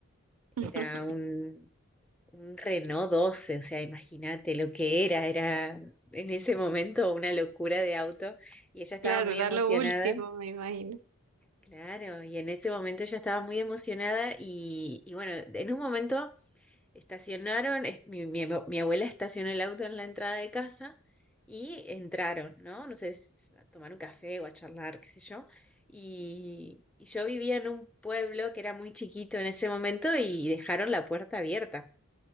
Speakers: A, in the centre; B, on the right (about 90°).
A: Era
B: <laughs>
A: un, un Renault 12, o sea, imagínate lo que era, era en ese momento una locura de auto y ella estaba
B: Claro,
A: muy
B: era
A: emocionada.
B: lo último, me imagino.
A: Claro, y en ese momento ella estaba muy emocionada y, y bueno, en un momento Estacionaron, es- mi, mi ab- mi abuela estacionó el auto en la entrada de casa y entraron, ¿no? No sé, s- s- a tomar un café o a charlar, qué sé yo. Y, y yo vivía en un pueblo que era muy chiquito en ese momento y dejaron la puerta abierta.